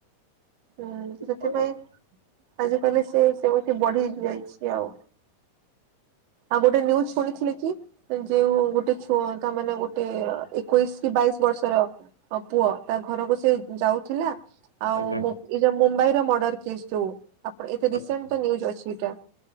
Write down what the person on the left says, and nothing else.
ହଇରାଣ
ଆଜ୍ଞା
ଆଚ୍ଛା